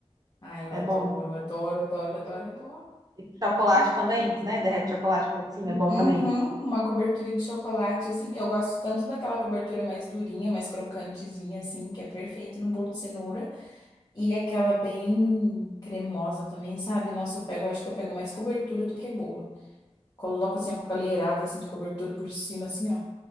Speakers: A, on the left; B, on the right.
A: Ai, eu
B: É
A: adoro,
B: bom.
A: adoro, adoro, adoro, adoro.
B: E Chocolate
A: Meu
B: também,
A: Deus.
B: né? Derrete chocolate por cima,
A: Uhum,
B: é bom também.
A: uma cobertura de chocolate, assim. Eu gosto tanto daquela cobertura mais durinha, mais crocantezinha, assim, que é perfeito no bolo de cenoura. E aquela bem cremosa também, sabe? Nossa, eu pego, acho que eu pego mais cobertura do que bolo. Coloco, assim, a colherada, assim, de cobertura por cima, assim, ó.